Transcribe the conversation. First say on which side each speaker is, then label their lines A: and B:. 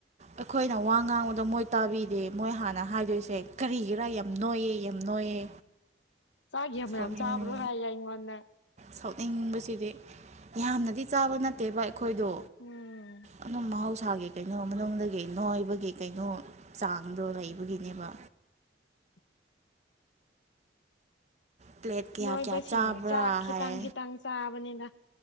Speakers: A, on the right (about 40°); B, on the left (about 85°).
A: ꯑꯩꯈꯣꯏꯅ ꯋꯥ ꯉꯥꯡꯕꯗꯣ ꯃꯣꯏ ꯇꯥꯕꯤꯗꯦ ꯃꯣꯏ ꯍꯥꯟꯅ ꯍꯥꯏꯗꯣꯏꯁꯦ ꯀꯔꯤꯒꯤꯔꯥ ꯌꯥꯝ ꯅꯣꯏꯌꯦ ꯌꯥꯝ ꯅꯣꯏꯌꯦ
B: ꯆꯥꯒ ꯃꯌꯥꯝ
A: ꯁꯥꯎꯅꯤꯡꯉꯤ
B: ꯆꯥꯕ꯭ꯔꯣ ꯍꯥꯏ ꯌꯥ ꯏꯣꯟꯗ
A: ꯁꯥꯎꯅꯤꯡꯕꯁꯤꯗꯤ ꯌꯥꯝꯅꯗꯤ ꯆꯥꯕ ꯅꯠꯇꯦ ꯚ ꯑꯩꯈꯣꯏꯗꯣ
B: ꯎꯝ
A: ꯑꯅꯝꯕ ꯃꯍꯥꯎꯁ ꯥꯒꯤ ꯀꯩꯅꯣ ꯃꯅꯨꯡꯗꯒꯤ ꯅꯣꯏꯕꯒꯤ ꯀꯩꯅꯣ ꯆꯥꯡꯗꯣ ꯂꯩꯕꯒꯤꯅꯦꯕ
B: <inaudible>
A: ꯄ꯭ꯂꯦꯠ ꯀꯌꯥ
B: ꯅꯣꯏꯕꯁꯤꯡ
A: ꯀꯌꯥ ꯆꯥꯕ꯭ꯔꯥ
B: ꯆꯥꯛ ꯈꯤꯇꯥꯡ
A: ꯍꯥꯏ
B: ꯈꯤꯇꯥꯡ ꯆꯥꯕꯅꯤꯅ